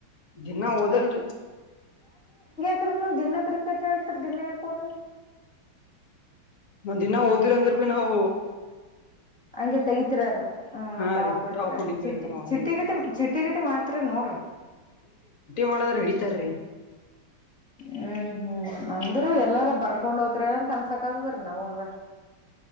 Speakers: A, on the left (about 55°); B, in the centre.
A: ದಿನ ಓದಲ್ರಿ
B: ್ರ ನೀವು ದಿನ ಕ್ರಿಕೆಟ್ ಹೇಳ್ತರಿ ದಿನ ಯಾಕೋದಲ್
A: ನ್ ದಿನ ಓದಿರ ಅಂದ್ರೆ ಭೀ ನಾವವು
B: ಹಂಗೆ ತೆಗತಿೀರ ಹ
A: ಹಾ
B: ಟಾಪ್
A: ರೀ
B: ಹಡ್ತಿೀರ
A: ಹೊಡಿತೀವ್ರಿ
B: ಚಿಟ್ಟಿ
A: ನಾವ್ ಹಂಗೆ
B: ಚಿಟ್ಟಿ ಗಿಟಿ ಚಿಟ್ಟಿ ಗಿಟಿ ಮಾಡ್ತರ ನೋಡ್ರಿ
A: ಮಾಡದರ ಇಿ
B: ಹ್ಮ್ ಹ್ಮ್ ಅಂದ್ರೂ ಎಲ್ಲಾರ ಬರ್ಕೊಂಡ್ ಹೋತ್ರರಿ ಅಂತ ಅನ್ಸಕದದ್ರ ನಮಗ್ರ